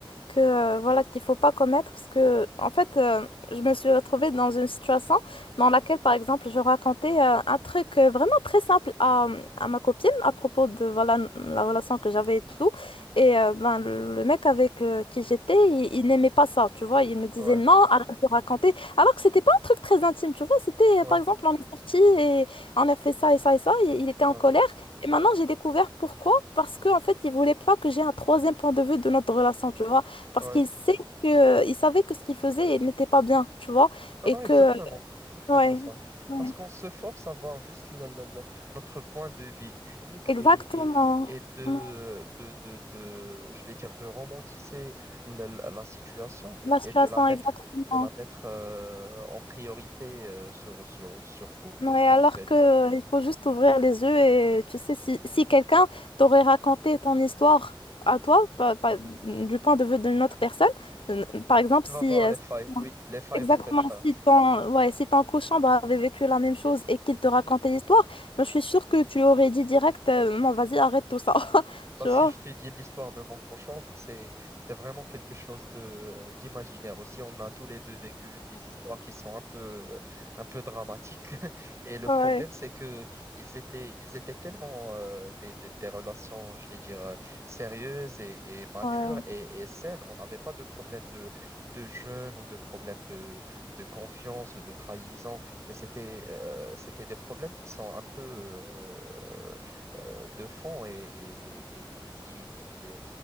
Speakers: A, on the left; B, on the right.
A: que euh, voilà qu'il faut pas commettre parce que en fait euh, je me suis retrouvée dans une situation dans laquelle par exemple je racontais euh, un truc euh, vraiment très simple à, à ma copine à propos de voilà n- la relation que j'avais et tout et euh, ben le le mec avec euh, qui j'étais il, il n'aimait pas ça tu vois il me disait
B: ouais,
A: non arrête de raconter alors que c'était pas un truc très intime tu vois c'était
B: ouais,
A: euh, par exemple on est sorti et on a fait ça et ça et ça et il était
B: ouais.
A: en colère et maintenant j'ai découvert pourquoi parce que en fait il voulait pas que j'ai un troisième point de vue de notre relation tu vois parce
B: ouais.
A: qu'il sait que, il savait que ce qu'il faisait n'était pas bien, tu vois.
B: Non,
A: Et
B: non,
A: que,
B: exactement, exactement
A: ouais,
B: ça.
A: ouais.
B: Parce qu'on se force à voir juste le- le- le- notre point de vue unique
A: Exactement.
B: et, et, et de,
A: Non,
B: de, de, de- je vais dire, de romantiser la, la- la situation
A: La situation,
B: et de la mettre,
A: exactement.
B: de la mettre euh, en priorité euh, sur, sur, sur tout,
A: Ouais,
B: en
A: alors
B: fait.
A: que euh, il faut juste ouvrir les yeux et tu sais, si, si quelqu'un t'aurait raconté ton histoire à toi, pa- pa- du point de vue d'une autre personne, euh, par exemple,
B: Tu
A: si
B: vas voir
A: euh,
B: les failles, oui, les failles
A: exactement
B: vont être,
A: si ton, ouais, si ton cochambre avait vécu la même chose et qu'il te racontait l'histoire, moi, je suis sûre que tu aurais dit direct, euh, non, vas-y, arrête tout ça. <laughs>
B: Bah,
A: Tu
B: si
A: vois?
B: je te dis l'histoire de mon conchambre c'est c'est vraiment quelque chose de d'imaginaire aussi. On a tous les deux vécu des histoires qui sont un peu euh, un peu dramatiques. <laughs> Et le
A: Ouais.
B: problème, c'est que ils étaient ils étaient tellement euh, des, des, des relations, je vais dire, euh, sérieuses et, et matures
A: Ouais.
B: et, et saines. On n'avait pas de problème de de jeûne ou de problème de, de confiance, de trahison, mais c'était euh, c'était des problèmes qui sont un peu euh, euh, de fond et, et- et- et et qui, qui, euh,